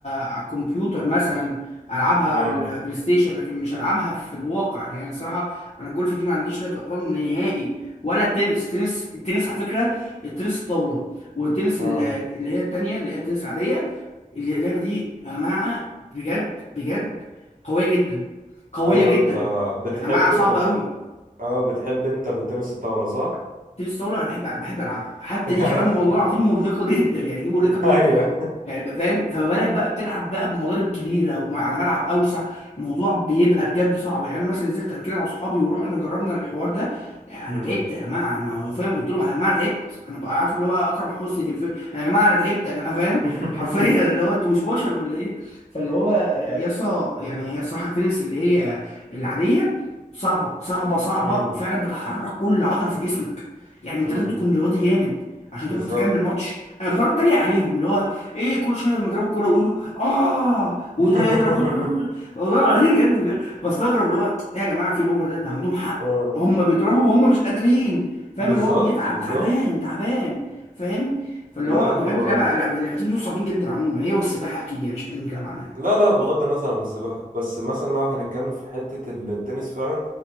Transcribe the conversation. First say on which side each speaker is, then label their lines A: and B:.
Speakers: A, on the left; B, on the right.
A: على الكمبيوتر مثلا العبها
B: اه
A: على البلاي ستيشن لكن مش العبها في الواقع يعني الصراحه انا الجولف دي ما عنديش لا طقطان نهائي ولا التنس التنس التنس على فكره التنس الطاوله والتنس ال-
B: اه
A: اللي هي التانيه اللي هي التنس العاديه اللي- اللعبه دي يا جماعه بجد بجد قويه جدا قويه
B: ايوه
A: جدا
B: انت بتحب
A: يا جماعه صعبه
B: بتحب
A: قوي
B: اه بتحب انت التنس الطاولة صح؟
A: تنس طاوله انا بحب بحب العبها حتى
B: <laughs>
A: دي كمان والله العظيم مرهقه <laughs> جدا يعني دي مرهقه جدا
B: ايوه
A: يعني يعني بقى- فاهم فما بالك بقى بتلعب بقى بمضارب كبيره وعلى ملعب اوسع الموضوع بيبقى بجد صعب يعني انا مثلا نزلت قبل كده مع صحابي ورحنا جربنا الحوار ده انا
B: <laughs> مم.
A: تعبت يا جماعه انا فاهم قلت لهم يا جماعه انا تعبت انا بقى عارف اللي هو اكرم حسني في الفيلم يا جماعه انا تعبت يا جماعه فاهم
B: <laughs>
A: <laughs> حرفيا اللي هو انتوا مش بشر ولا ايه فاللي هو يا اسطى يعني هي الصراحه التنس اللي هي العاديه صعبه صعبه صعبه
B: مم.
A: وفعلا بتحرك كل عضله في جسمك يعني انت
B: مم.
A: لازم تكون رياضي جامد عشان
B: بالظبط
A: تقدر تكمل ماتش انا كنت قاعد اتريق عليهم اللي هو ايه كل شويه لما يضربوا الكوره يقولوا اه وده
B: <laughs>
A: يضرب يقولوا آه. <laughs> والله العظيم بجد بجد بستغرب اللي هو ايه يا جماعه في الاوفر ده ده عندهم حق
B: اه
A: هم بيضربوا وهم مش قادرين فاهم
B: بالظبط
A: اللي هو بيتعب
B: بالظبط
A: تعبان تعبان فاهم فاللي
B: لا
A: هو
B: هو
A: بجد اللعبه اللعبة- اللعبتين دول صعبين جدا عموما هي والسباحه اكيد يعني مش محتاجين نتكلم عنها
B: لا لا بغض النظر عن السباحة بس مثلا لو هنتكلم في حتة التنس فعلا